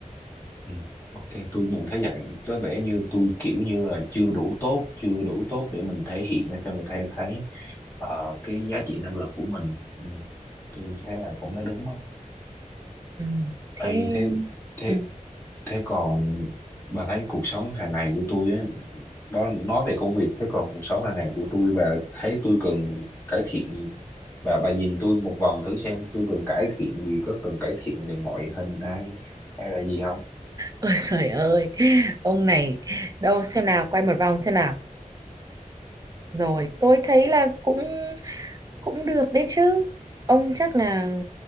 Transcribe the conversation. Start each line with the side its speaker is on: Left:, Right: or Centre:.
Left: Ừ. Ok, tôi nhận thấy vậy. Có vẻ như tôi kiểu như là chưa đủ tốt, chưa đủ tốt để mình thể hiện ra cho người ta thấy ờ, cái giá trị năng lực của mình. Ừ. Tôi thấy là cũng nói đúng không?
Right: Ừ, thế
Left: Ê, thế thế
Right: ừ. <laughs>
Left: thế còn bà thấy cuộc sống hàng ngày của tôi á, đó nói về công việc, thế còn cuộc sống hàng ngày của tôi bà thấy tôi cần cải thiện. Bà bà nhìn tôi một vòng thử xem tôi cần cải thiện gì, có cần cải thiện về ngoại hình hay hay là gì
Right: Ôi trời ơi, ông này đâu xem nào quay một vòng xem nào. Rồi, tôi thấy là cũng cũng được đấy chứ. Ông chắc là